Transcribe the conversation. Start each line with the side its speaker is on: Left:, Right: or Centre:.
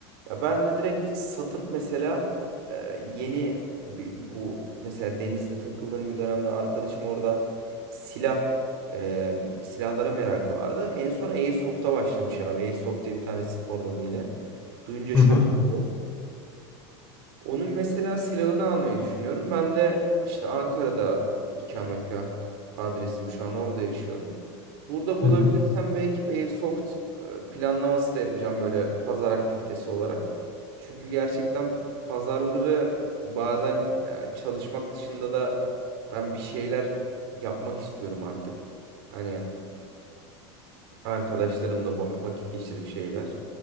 Right: Ya ben de direkt satıp mesela e, yeni bir- bu mesela denizde takıldığım bir dönemde arkadaşım orada silah e, silahlara merakı vardı. En son Airsoft'a başlamış abi. Airsoft diye bir tane spor dalı yine. Duyunca şok
Left: Hı hı.
Right: oldum. Onun mesela silahını almayı düşünüyorum. Ben de işte Ankara'da ikametgah adresim şu an orada yaşıyorum. Burada bulabilirsem
Left: Hı hı.
Right: belki bir Airsoft e, planlaması da yapacağım böyle pazar aktivitesi olarak. Çünkü gerçekten pazarları bazen e, çalışmak dışında da ben bir şeyler yapmak istiyorum artık. Hani Arkadaşlarımla bu vakit geçirip şeyler.